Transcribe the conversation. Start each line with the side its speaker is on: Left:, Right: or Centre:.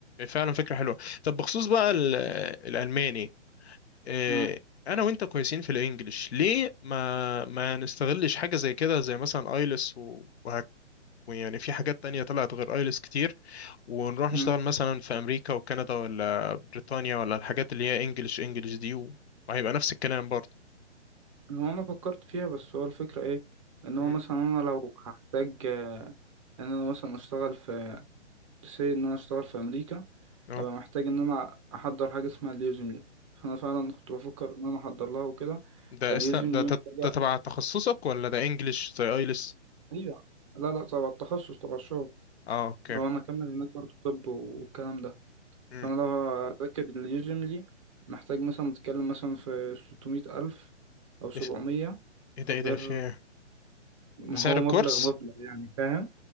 Left: فعلا فكرة حلوة طب بخصوص بقى ال- الألماني آه،
Right: اه
Left: أنا وأنت كويسين في الإنجليش ليه ما ما نستغلش حاجة زي كده زي مثلا أيلس و- وهك ويعني في حاجات تانية طلعت غير أيلس كتير ونروح
Right: مم.
Left: نشتغل مثلا في أمريكا وكندا ولا بريطانيا ولا الحاجات اللي هي إنجليش إنجليش دي و- وهيبقى نفس الكلام برضه
Right: هو انا فكرت فيها بس هو الفكرة ايه ان
Left: مم.
Right: هو مثلا انا لو هحتاج آه، ان انا مثلا اشتغل في سي ان انا اشتغل في امريكا
Left: اه
Right: هبقى محتاج ان انا احضر حاجة اسمها اليوزم لي فانا فعلا كنت بفكر ان انا احضر لها وكده
Left: ده
Right: فاليوزم
Left: است... ده
Right: لي
Left: ت-
Right: محتاجة
Left: ده تبع تخصصك ولا ده انجليش زي ايلس
Right: ايوه لا لا طبعا التخصص تبع الشغل
Left: اه اوكي
Right: لو انا اكمل هناك برضه طب والكلام ده
Left: امم
Right: فأنا لو هذاكر اليوجملي محتاج مثلا بتكلم مثلا في 600 ألف أو 700
Left: ده س- ايه ده
Right: غير
Left: ايه ده في إيه؟
Right: ما
Left: ده سعر
Right: هو
Left: الكورس
Right: مبلغ مبلغ يعني فاهم